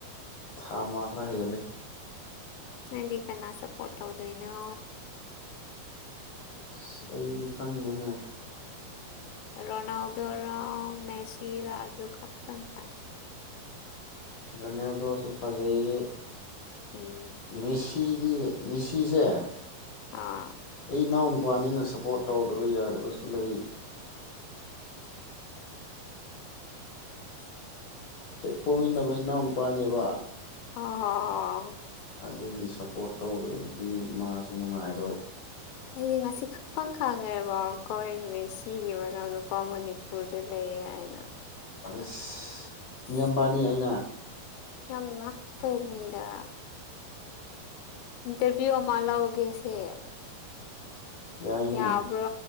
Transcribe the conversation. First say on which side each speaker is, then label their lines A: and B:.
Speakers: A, on the left; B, on the left.
A: ꯊꯥ ꯑꯃ ꯒꯔ ꯍꯦꯜꯂꯦ
B: ꯅꯪꯗꯤ ꯀꯅꯥ ꯁꯥꯕꯣꯠ ꯇꯧꯗꯣꯏꯅꯣ
A: ꯑꯁ ꯑꯩꯗꯤ ꯈꯪꯗꯦꯗ
B: ꯔꯅꯥꯎꯗꯔ ꯃꯦꯁꯥꯔ ꯑꯗꯨꯈꯥꯛꯇꯪ ꯍꯥꯏꯌꯨ
A: ꯔꯣꯅꯥꯜꯗꯣꯁꯨ ꯐꯖꯩ
B: ꯎꯝ
A: ꯃꯦꯁꯤꯗꯤ ꯃꯦꯁꯤꯁꯦ
B: ꯑꯥ
A: ꯑꯩ ꯏꯅꯥꯎ ꯅꯨꯕꯥꯅꯤꯅ ꯁꯥꯄꯣꯔꯠ ꯇꯧꯗꯕ ꯌꯥꯗꯕꯁꯨ ꯂꯩ
B: <inaudible>
A: ꯍꯦꯛ ꯄꯣꯃꯤꯟꯅꯕ
B: ꯃꯦꯁꯤ
A: ꯏꯅꯥꯎ ꯅꯨꯄꯥꯅꯦꯕ
B: ꯑꯣ ꯑꯣ
A: ꯑꯗꯨꯒꯤ ꯁꯞꯄꯣꯔꯠ ꯇꯧꯗ꯭ꯔꯗꯤ ꯃꯥꯁꯨ ꯅꯨꯡꯉꯥꯏꯔꯣꯏ
B: ꯑꯩꯗꯤ ꯉꯁꯤ <unintelligible> ꯁꯦꯒꯤ ꯃꯅꯥꯎ ꯅꯨꯄꯥ ꯐꯥꯎ ꯃꯅꯤꯄꯨꯔꯗ ꯂꯩꯌꯦ ꯍꯥꯏꯅ
A: ꯑꯁ ꯃꯤꯌꯥꯝꯕꯅꯤ
B: ꯁꯤ <unintelligible>
A: ꯑꯩꯅ
B: ꯌꯥꯝ ꯄꯅꯦꯗ ꯏꯟꯇꯔꯕꯤꯌꯨ ꯑꯃ ꯂꯧꯒꯦꯁꯦ
A: ꯌꯥꯏꯅꯦ
B: ꯌꯥꯕ꯭ꯔꯣ